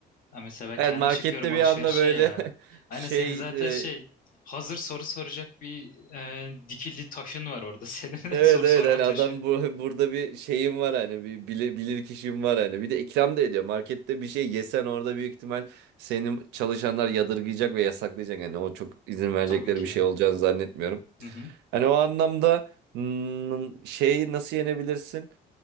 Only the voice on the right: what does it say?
Evet
markette
bir anda böyle
<laughs>
şey
e,
evet
evet
hani
adam bu, <laughs> burada bir şeyim var hani bir bilir, bilir kişim var hani bir de ikram da ediyor. Markette bir şey yesen orada büyük ihtimal senin çalışanlar yadırgayacak ve yasaklayacak. Yani o çok izin verecekleri
bir şey olacağını zannetmiyorum.
Hani o anlamda hmm, şeyi nasıl yenebilirsin?